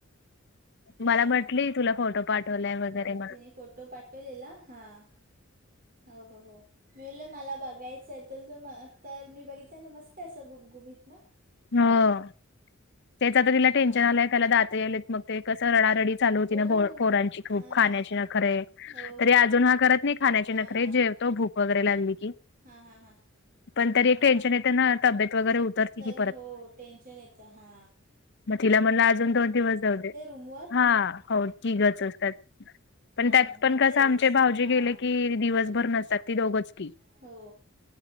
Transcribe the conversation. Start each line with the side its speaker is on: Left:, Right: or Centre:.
Left: मला
Right: हां
Left: म्हटली तुला फोटो पाठवलाय वगैरे
Right: हो
Left: म
Right: तिने फोटो पाठवलेला हां हो हो हो. मिळल मला बघायचं आहेेत त तर मी बघितलं ना मस्त असं गुपगुपत ना
Left: हो त्याचा आता तिला
Right: हां
Left: टेन्शन आलंय त्याला दात यालेत मग ते कस रडारडी चालू होती
Right: हो
Left: ना पोरांची खूप
Right: हां
Left: खाण्याची न खरे
Right: हो
Left: तरी
Right: हो
Left: अजून
Right: हो
Left: हा करत नाही. खाण्याची
Right: हां
Left: नखरे जेवतो भूक वगैरे लागली की
Right: हां हां हां
Left: पण तरी एक
Right: हां
Left: टेन्शन
Right: हां हां
Left: येतं ना तब्येत वगैरे उतरते
Right: तरी
Left: कि
Right: हो टेन्शन येतं हा
Left: मग तिला मणला अजून दोन दिवस जाऊ दे
Right: रूमवर
Left: हा हो की गच असतात.
Right: हां
Left: पण त्यात
Right: हां
Left: पण
Right: मग
Left: कसं
Right: तेच
Left: आमचे भाऊजी
Right: मग हां
Left: गेले की दिवसभर नसतात ती दोघंच की
Right: हो